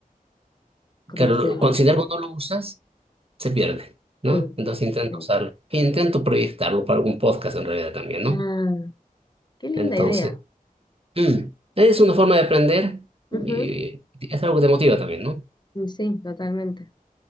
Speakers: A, on the left (about 30°); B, on the right (about 40°).
A: ¿cómo
B: claro,
A: decirlo?
B: lo- considero cuando lo usas, se pierde, ¿no?
A: Sí,
B: Entonces intento
A: sí.
B: usarlo. E intento proyectarlo para algún podcast en realidad también, ¿no?
A: Ah, qué linda
B: Entonces,
A: idea.
B: mm, es una forma de aprender y
A: Ujú,
B: es algo que te motiva también, ¿no?
A: y Sí, totalmente,